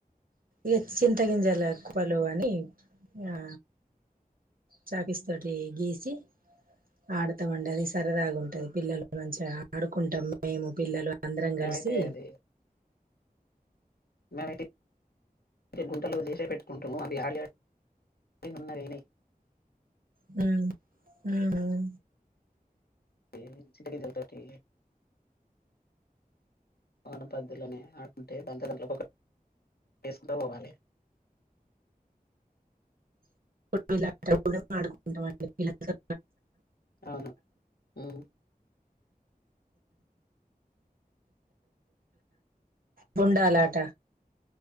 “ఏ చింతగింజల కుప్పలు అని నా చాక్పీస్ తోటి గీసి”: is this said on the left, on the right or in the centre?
Right